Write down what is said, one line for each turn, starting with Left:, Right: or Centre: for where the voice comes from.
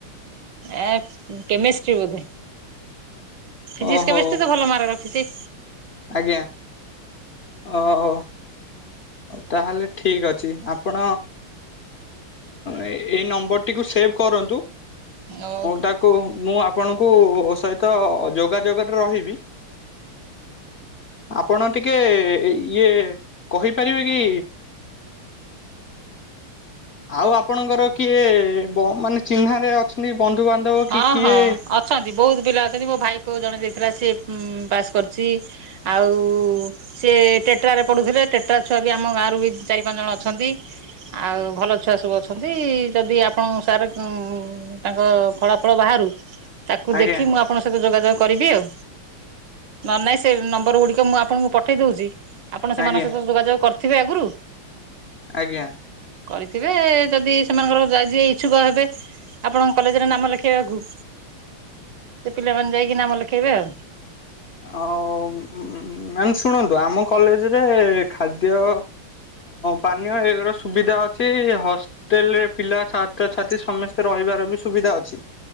Right: ଆ କେମିଷ୍ଟ୍ରି ବୋ? ଫିଜିକସ
Left: ଓହୋ
Right: କେ ବେଶ ତ ଭଲ ମାର୍କ ରଖିଛି।
Left: ଆଜ୍ଞା ଓ ତାହେଲେ ଠିକ ଅଛି ଆପଣ ଏଇ ନମ୍ବରଟିକୁ ସେଭ୍ କରନ୍ତୁ
Right: ଓହୋ
Left: ତାକୁ ମୁଁ ଆପଣଙ୍କୁ ସହିତ ଯୋଗାଯୋଗରେ ରହିବି। ଆପଣ ଟିକେ ଇଏ କହିପାରିବେ କି? ଆଉ ଆପଣଙ୍କର କିଏ ମାନେ ଚିହ୍ନାରେ ଅଛନ୍ତି? ବନ୍ଧୁବାନ୍ଧବ
Right: ହଁ
Left: କି କିଏ
Right: ହଁ ଅଛନ୍ତି ବହୁତ ପିଲା ଅଛନ୍ତି ମୋ ଭାଇ ପୁ ଜଣେ ଯାଇଥିଲା ସି ପାସ୍ କରୁଛି ଆଉ ସିଏ ଟେଟ୍ରରେ ପଢୁଥିଲେ। ଟେଟା ଛୁଆ ବି ଆମ ଗାଁରୁ ବି ଚାରି ପାଞ୍ଚ ଜଣ ଅଛନ୍ତି। ଆଉ ଭଲ ଛୁଆ ସବୁ ଅଛନ୍ତି ଯଦି ଆପଣ ସାର୍ ତାଙ୍କ ଫଳା ଫଳ ବାହାରୁ ତାକୁ
Left: ଆଜ୍ଞା
Right: ଦେଖି ମୁଁ ଆପଣଙ୍କ ସହିତ ଯୋଗାଯୋଗ କରିବି ଆଉ ନ ନାହିଁ ସେ ନମ୍ବର ଗୁଡ଼ିକ ମୁଁ ଆପଣଙ୍କୁ ପଠାଇ ଦଉଛି। ଆପଣ ସେମାନଙ୍କ
Left: ଆଜ୍ଞା
Right: ସହିତ ଯୋଗାଯୋଗ କରିଥିବେ ଆଗରୁ
Left: ଆଜ୍ଞା।
Right: କରିଥିବେ ଯଦି ସେମାନଙ୍କର ଯା ଯିଏ ଇଚ୍ଛୁକ ହେବେ ଆପଣଙ୍କ କଲେଜରେ ନାମ ଲେ ଖେଇବାକୁ। ପିଲାମାନେ ଯାଇକି ନାମ ଲେଖେଇବେ ଆଉ।
Left: ଆଉ ମ୍ୟାମ୍ ଶୁଣନ୍ତୁ ଆମ କଲେଜରେ ଖାଦ୍ୟ ହ ପାନୀୟ ଏ ର ସୁବିଧା ଅଛି ହଷ୍ଟେଲ ରେ ପିଲା ଛାତ୍ରଛାତ୍ରୀ ସମସ୍ତେ କହିବାର ବି ସୁବିଧା ଅଛି।